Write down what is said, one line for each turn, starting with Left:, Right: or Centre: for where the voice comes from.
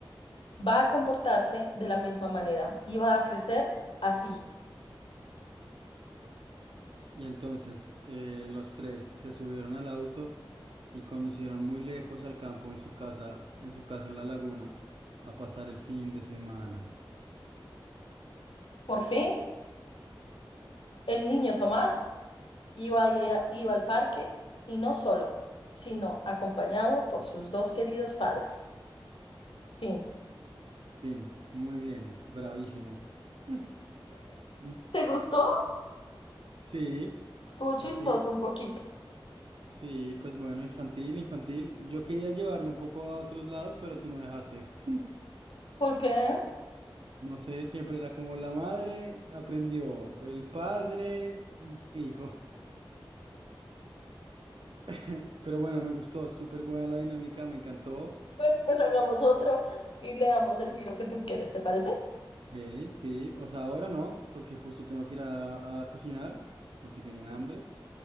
Left: va a comportarse de la misma manera y va a crecer así.
Right: Y entonces eh, los tres se subieron al auto y conducieron muy lejos al campo en su casa, en su casa en la laguna, a pasar el fin de semana.
Left: Por fin, el niño Tomás Iba, y iba al parque y no solo, sino acompañado por sus dos queridos padres. Fin.
Right: Fin, muy bien, bravísimo. <laughs> Mm,
Left: ¿Te gustó?
Right: Sí,
Left: Estuvo chistoso
Right: a ti.
Left: un poquito.
Right: Sí, pues bueno, infantil, infantil. Yo quería llevarlo un poco a otros lados, pero tú no dejaste. <laughs>
Left: ¿Por qué?
Right: No sé, siempre era como la madre aprendió, el padre dijo. <laughs> Pero bueno, me gustó, súper buena la dinámica, me encantó.
Left: Bueno, pues hagamos otro y le damos el giro que tú quieres, ¿te parece?
Right: Ok, sí, o sea, ahora no, porque justo tengo que ir a, a cocinar, porque tengo un hambre,